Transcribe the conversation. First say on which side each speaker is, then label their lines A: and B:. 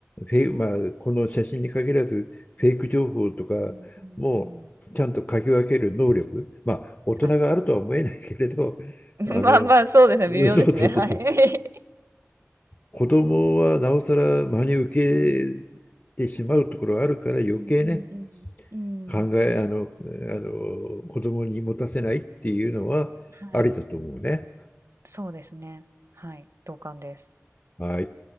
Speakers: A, on the left (about 35°); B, on the right (about 70°).
A: フェイク、まあ、この写真に限らず、フェイク情報とかもちゃんと書き分ける能力、
B: うんうんうん。
A: まあ、大人があるとは思えないけれど、
B: はい。<laughs>
A: あの、
B: まあまあ、そうですね、微妙ですね。
A: そうそうそうそう、
B: はい。
A: 子供はなおさら真に受け
B: <laughs> うん
A: てしまうところがあるから、余計ね、
B: うんうんうん。うん。
A: 考え、あの、あの、子供に持たせないっていうのはありだと思うね。
B: はい。そうですね。はい。同感です。
A: はい。